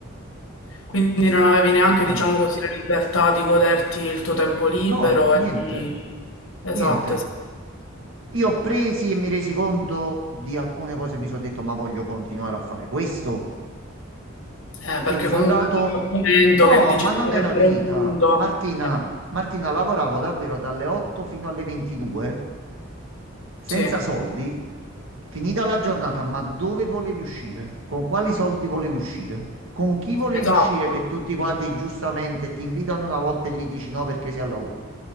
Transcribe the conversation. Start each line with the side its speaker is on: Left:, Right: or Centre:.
Left: Quindi non avevi neanche,
Right: tranquillamente.
Left: diciamo così, la libertà di goderti il tuo tempo libero
Right: No, niente,
Left: e di... Esatto,
Right: niente.
Left: esatto.
Right: Io ho presi e mi resi conto di alcune cose, mi sono detto, ma voglio continuare a fare questo.
Left: Eh, perché
Right: Quindi sono
Left: comunque
Right: andato...
Left: arriva un momento
Right: No,
Left: che dici
Right: ma non
Left: sarebbe
Right: era vita.
Left: un punto.
Right: Martina,
Left: Eh,
Right: Martina, lavoravo davvero dalle 8 fino alle 22. senza
Left: Sì,
Right: soldi, finita la giornata, ma dove volevi uscire? Con quali soldi volevi uscire? Con chi volevi
Left: esatto.
Right: uscire che tutti quanti giustamente ti invitano una volta e gli dici no perché sei al lavoro?